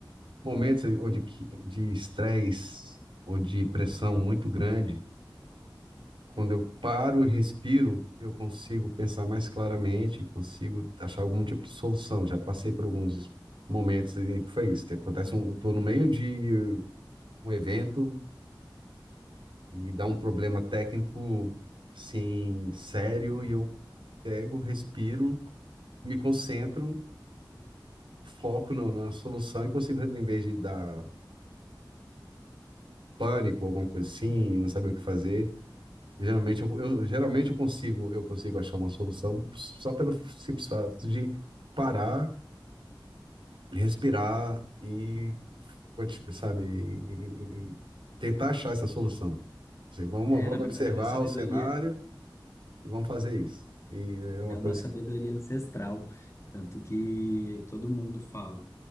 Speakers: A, on the right; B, on the left.
A: momentos onde, que- de estresse ou de pressão muito grande, quando eu paro e respiro, eu consigo pensar mais claramente, consigo achar algum tipo de solução. Já passei por alguns momentos em que foi isso, que acontece, um, eu estou no meio de um evento e dá um problema técnico, assim, sério, e eu pego, respiro, me concentro, foco no, na solução e consigo, em vez de dar pânico, alguma coisa assim, não saber o que fazer, geralmente eu, eu- geralmente eu consigo, eu consigo achar uma solução só pelo simples fato de parar, respirar e, conti- sabe, e, e- e tentar achar essa solução. Assim, vamos,
B: É,
A: vamos
B: na verdade,
A: observar
B: é uma sabedoria,
A: o cenário e vamos fazer isso. E é uma
B: é uma
A: coisa
B: sabedoria
A: que,
B: ancestral, tanto que todo mundo fala,